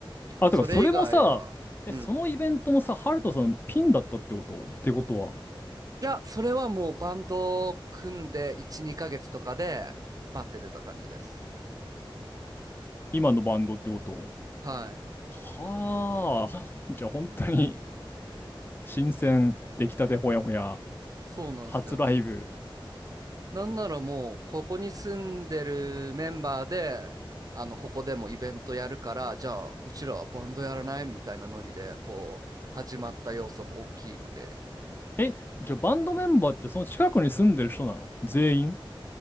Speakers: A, on the left; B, on the right.
A: あ、
B: それ以外は、
A: てか、それもさ、え、
B: うん。
A: そのイベントもさ、ハルトさんピンだったってことってことは、
B: いや、それはもうバンドを組んで1、2ヶ月とかで、バッて出た感じです。
A: 今のバンドってこと
B: はい。
A: はあ、<laughs> じゃあ本当に新鮮、出来たてほやほや、
B: そうなんですよ。
A: 初ライブ。
B: なんならもう、ここに住んでるメンバーで、あの、ここでもイベントやるから、じゃあ、うちらはバンドやらないみたいなノリで、こう、始まった要素も大きいんで。
A: え、じゃあバンドメンバーってその近くに住んでる人なの全員